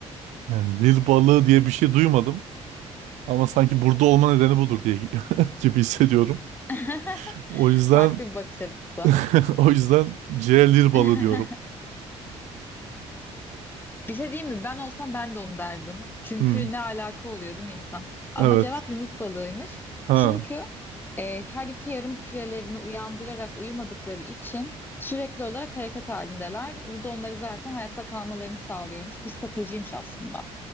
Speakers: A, on the right; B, on the left.
A: Yani Lil balığı diye bir şey duymadım. Ama sanki burada olma nedeni budur diye <laughs> gibi hissediyorum.
B: <laughs>
A: O yüzden
B: Farklı bir bakış açısı.
A: <laughs> o yüzden C Lil balığı
B: <laughs>
A: diyorum.
B: Bir şey diyeyim mi? Ben olsam ben de onu derdim. Çünkü
A: Hmm,
B: ne alaka oluyor değil mi insan? Ama
A: Evet.
B: cevap Yunus balığıymış.
A: Ha.
B: Çünkü e, her iki yarım kürelerini uyandırarak uyumadıkları için sürekli olarak hareket halindeler. Bu da onları zaten hayatta kalmalarını sağlıyormuş. Bir stratejiymiş aslında.